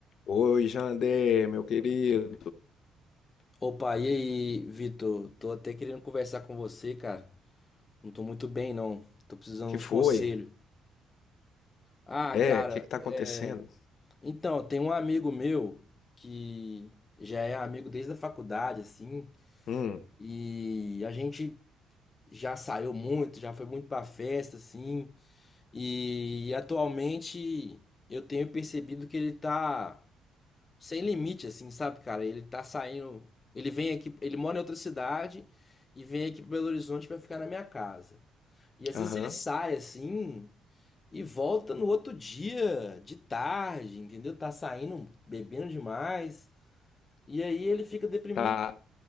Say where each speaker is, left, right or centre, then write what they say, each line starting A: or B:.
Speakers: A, on the left; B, on the left.
A: Oi, Jander, meu querido.
B: Opa, e aí, Vitor? Tô até querendo conversar com você, cara. Não tô muito bem, não. Tô precisando
A: Que
B: de uns
A: foi?
B: conselhos. Ah, cara,
A: É, o que que tá
B: é.
A: acontecendo?
B: Então, tem um amigo meu que já é amigo desde a faculdade, assim,
A: Hum,
B: e a gente já saiu muito, já foi muito pra festa, assim, e atualmente eu tenho percebido que ele tá. sem limite, assim, sabe, cara? Ele tá saindo. Ele vem aqui, ele mora em outra cidade e vem aqui para Belo Horizonte para ficar na minha casa. E às
A: aham,
B: vezes ele sai assim e volta no outro dia, de tarde, entendeu? Tá saindo, bebendo demais. E aí ele fica deprimido,
A: tá.